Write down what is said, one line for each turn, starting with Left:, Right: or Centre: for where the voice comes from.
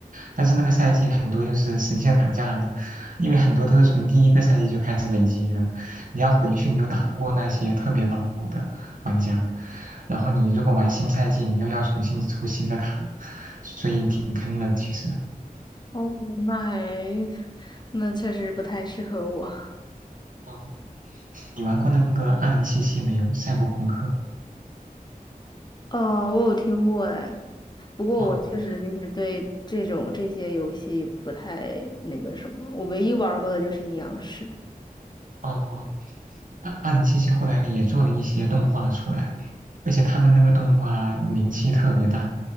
Right: 但是那个赛季很多就是神仙打架了，因为很多都是从第一个赛季就开始累积的，你要回去你又打不过那些特别老的。玩家，然后你如果玩新赛季，你又要重新抽新的卡，所以挺坑的其实。
Left: 哦，那还那确实不太适合我。
Right: 嗯，你玩过那个二零七七没有？赛博朋克。
Left: 哦，我有听过哎，不过我确实就是对这种这些游戏不太那个什么，
Right: 哦
Left: 我唯一玩儿过的就是阴阳师的。
Right: 哦哦，二二零七七后来也做了一些动画出来，而且它的那个动画名气特别大，